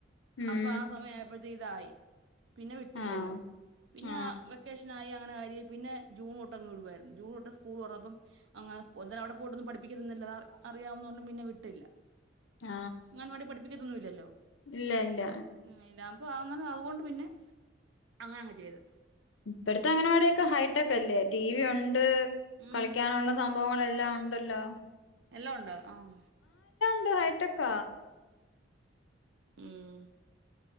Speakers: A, on the left; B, on the right.
A: ഉം
B: അപ്പ ആ സമയം ആയപ്പോഴത്തേക്ക് ഇതായി പിന്നെ വിട്ടില്ലല്ലോ
A: ആ
B: പിന്നെ
A: ആ
B: വെക്കേഷനായി അങ്ങനെ ആയി പിന്നെ ജൂൺ തൊട്ട അങ്ങ് വിടുവയിരുന്നു ജൂൺ തൊട്ട് <unintelligible> സ്കൂൾ തുറന്നപ്പോ <unintelligible> അവിടെ പോയിട്ടൊന്നും പഠിപ്പിക്കുന്നതില്ലന്നാ അറിയാവു പിന്നെ വിട്ടില്ല
A: ആ
B: ഗൻ വടി പഠിപ്പിക്കത്തൊന്നും ഇല്ലല്ലോ,
A: ഇല്ല ഇല്ല
B: ഉം ഇല്ലാ അപ്പം അങ്ങനെ അതു കൊ പിന്നെ അങ്ങനെയങ്ങ് ചെയ്ത്
A: ഇപ്പഴത്തെ അംഗനവാടി ഒക്കെ ഹൈടെക് അല്ലേ ടി വി ഒണ്ട്
B: ഉം
A: കളിക്കാനുള്ള സംഭവങ്ങ എല്ലാം ഉണ്ടല്ലോ.
B: എല്ലാം ഉണ്ടോ ആം
A: ഇപ്പൊ ഹൈടെക്കോ?
B: ഉം